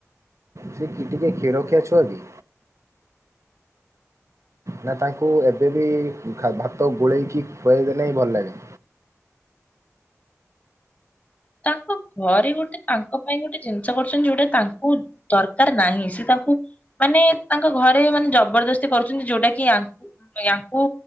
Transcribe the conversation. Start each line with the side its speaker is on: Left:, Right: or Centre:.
Right: ସେ କି ଟିକେ କ୍ଷୀର ଖିଆଛୁଆ କି। ନା ତାଙ୍କୁ ଏବେ ବିି ଭାତ ଗୋଳେଇକି ହିଁ ଖୁଆଇ ଦେଲେ ହିଁ ଭଲ ଲାଗେ।
Left: ତାଙ୍କ ଘରେ ଗୋଟେ ତାଙ୍କ ପାଇଁ ଗୋଟେ ଜିନିଷ କରୁଛନ୍ତି ଯୋଉଟା ତାଙ୍କୁ ଦରକାର ନାହିଁ ସେ ତାଙ୍କୁ ମାନେ ତାଙ୍କ ଘରେ ମାନେ ଜବରଦସ୍ତି କରୁଛନ୍ତି ଯୋଉଟା କି ଅଙ୍କୁ ୟାଙ୍କୁ